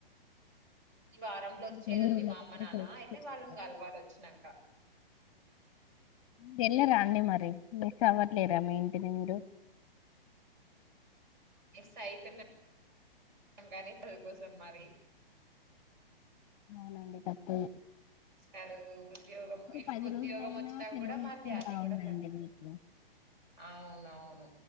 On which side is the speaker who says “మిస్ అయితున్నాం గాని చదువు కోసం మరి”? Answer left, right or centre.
Right